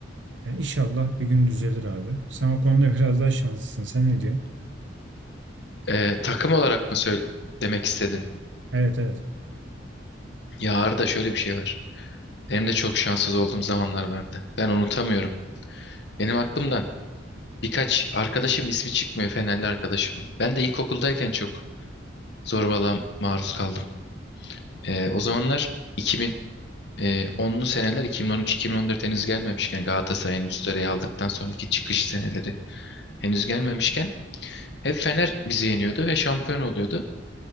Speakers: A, on the right (about 75°); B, on the left (about 65°).
A: Yani inşallah bir gün düzelir abi. Sen o konuda <laughs> biraz daha şanslısın. Sen ne diyorsun?
B: Ee, takım olarak mı söyle demek istedin?
A: Evet evet.
B: Ya Arda şöyle bir şey var. Benim de çok şanssız olduğum zamanlar vardı. Ben unutamıyorum. Benim aklımdan birkaç arkadaşım ismi çıkmıyor Fenerli arkadaşımın. Ben de ilkokuldayken çok zorbalığa maruz kaldım. Ee, o zamanlar 2000 E, onlu seneler 2013-2014 henüz gelmemişken Galatasaray'ın üst sırayı aldıktan sonraki çıkış seneleri henüz gelmemişken hep Fener bizi yeniyordu ve şampiyon oluyordu.